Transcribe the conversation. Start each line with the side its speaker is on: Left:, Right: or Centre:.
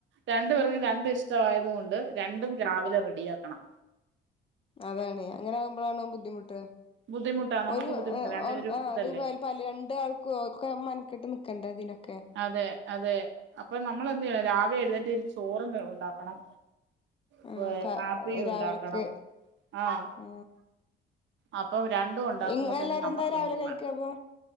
Right: രണ്ടു പേർകും രണ്ടും ഇഷ്ടമായത് കൊണ്ട് രണ്ടും രാവിലെ റെഡിയാക്കണം.
Left: അതാണ് അങ്ങനെ ആകുമ്പളാണ് ബുദ്ധിമുട്ട്
Right: ബുദ്ധിമുട്ടാ നമുക്ക്
Left: ഓല്
Right: ബുദ്ധിമുട്ടാ
Left: അ
Right: രണ്ടുപേരും
Left: അ അ
Right: ഇതല്ലേ
Left: അത് വൽ പല രണ്ട് ആൾക്ക ഒക്കെ മന്ക്കെട്ട് നിക്കണ്ട ഇതിനൊക്കെ.
Right: അതെ അതെ അപ്പൊ നമ്മൾ എന്ത് ചെയണം രാവിലെ എഴുനെറ്റ് ഒരു ചോറും ഉണ്ടാക്കണം.
Left: ആ
Right: പ്പ
Left: ക
Right: കാപ്പിയു ഉണ്ടാക്കണം
Left: രാവിലക്ക്
Right: ആഹ
Left: ആ
Right: അപ്പം രണ്ടും ഉണ്ടാക്കുമ്പോ
Left: ഇങ്ങ
Right: തന്നെ
Left: എല്ലാരും
Right: നമ്മുക്ക്
Left: എന്താ രാവിലെ
Right: ഭയങ്കര
Left: കഴിക്ക
Right: <unintelligible>
Left: അപ്പൊ